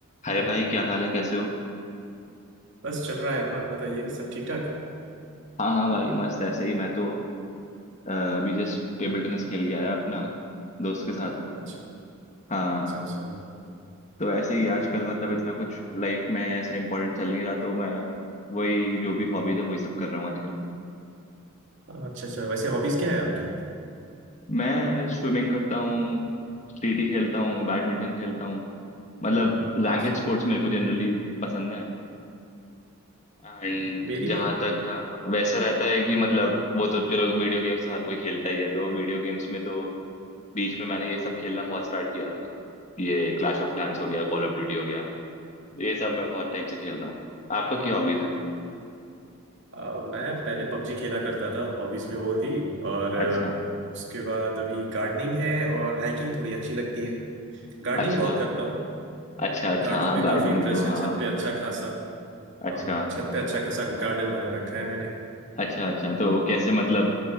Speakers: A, on the left; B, on the right.
A: हाय भाई क्या हाल है कैसे हो
B: बस चल रहा है अपना बताइए सब ठीक ठाक
A: हाँ हाँ भाई मस्त ऐसे ही मैं तो अ, अभी जस्ट टेबल टेनिस खेल के आया अपना दोस्त के साथ
B: अच्छा
A: हाँ
B: अच्छा अच्छा
A: तो ऐसे ही आजकल मतलब इतना कुछ लाइफ में ऐसा इंपॉर्टेंट चल नहीं रहा तो मैं वही जो भी हॉबीज है वही सब कर रहा हूँ आजकल
B: अच्छा अच्छा वैसे हॉबीज क्या है आपकी
A: मैं स्विमिंग करता हूँ स्टेटी खेलता हूँ बैडमिंटन खेलता हूँ मतलब रैकेट
B: अच्छा
A: स्पोर्ट्स मेरे को जनरली पसंद है एंड
B: मेरी
A: जहाँ तक हाँ, वैसा रहता है कि मतलब वो तो चलो वीडियो गेम्स तो हर कोई खेलता ही है तो वीडियो गेम्स में तो बीच में मैंने ये सब खेलना बहुत स्टार्ट किया था ये क्लैश ऑफ क्लैंस हो गया कॉल ऑफ ड्यूटी हो गया तो ये सब मैं बहुत टाइम से खेल रहा हूँ आपका क्या हॉबीज है
B: अ, मैं पहले पबजी खेला करता था हॉबीज में वो थी और अ,
A: अच्छा
B: उसके बाद अभी गार्डनिंग है और हाइकिंग थोड़ी अच्छी लगती है गार्डनिंग
A: अच्छा
B: बहुत करता हूँ
A: अच्छा अच्छा
B: गार्डनिंग
A: हाँ
B: में
A: गार्डनिंग
B: काफी इंटरेस्ट
A: तो हाँ
B: है छत पे अच्छा खासा
A: अच्छा
B: हाँ छत पे अच्छा खासा गार्डन बना रखा है मैंने
A: अच्छा अच्छा तो कैसे मतलब